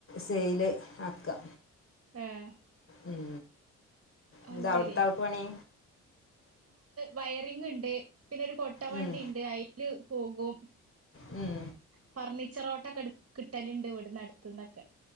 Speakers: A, on the left; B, on the right.
A: സെയില് ആക്കാ
B: ഏഹ്
A: ഉം
B: അത്
A: എന്താ
B: ശരി
A: അവ്ട്ത്താൾക്ക് പണി
B: വയറിങ്ണ്ട് പിന്നെ ഒരു കൊട്ടവണ്ടിണ്ട്
A: ഉം,
B: അയ്ല് പോകും
A: ഉം
B: ഫർണിച്ചറോട്ടൊക്കെ കിട്ടല്ണ്ട് ഇവിട്ന്ന് അട്ത്ത്ന്നൊക്കെ